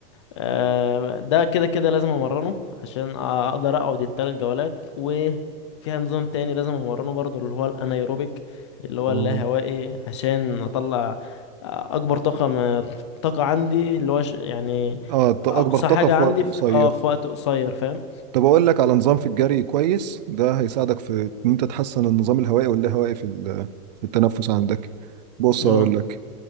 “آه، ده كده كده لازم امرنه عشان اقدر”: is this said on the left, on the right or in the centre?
Left